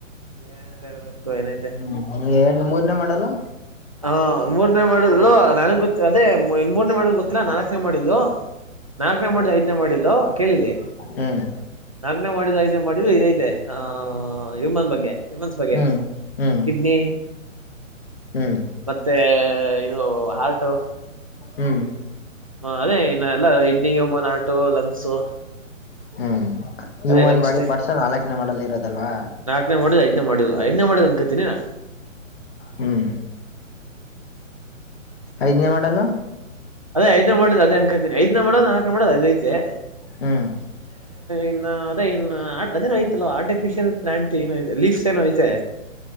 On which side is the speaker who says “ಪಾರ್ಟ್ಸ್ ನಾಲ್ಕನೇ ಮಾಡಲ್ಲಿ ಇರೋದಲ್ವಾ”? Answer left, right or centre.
Left